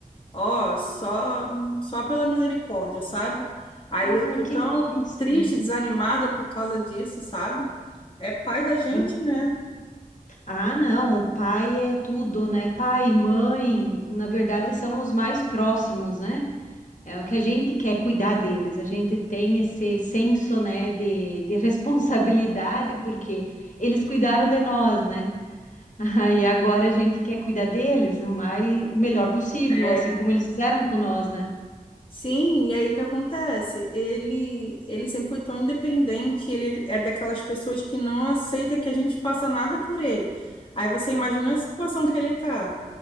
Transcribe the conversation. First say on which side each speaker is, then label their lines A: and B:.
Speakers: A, on the left (about 35°); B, on the left (about 60°).
A: Ó, só,
B: Hum.
A: só pela misericórdia, sabe? Aí eu
B: Ai,
A: tô
B: que
A: tão
B: triste.
A: triste, desanimada por causa disso, sabe? É pai da gente,
B: Bah.
A: né?
B: Ah, não, o pai é tudo, né? Pai e mãe, na verdade, são os mais próximos, né? É o que a gente quer cuidar deles. A gente tem esse senso, né, de, de <laughs> responsabilidade, porque eles cuidaram de nós, né? Ah, E agora a gente quer cuidar deles o mais, o melhor possível,
A: É,
B: assim como eles fizeram com nós, né?
A: Sim, e aí o que acontece? Ele, ele sempre foi tão independente, ele é daquelas pessoas que não aceita que a gente faça nada por ele. Aí você imagina a situação que ele tá.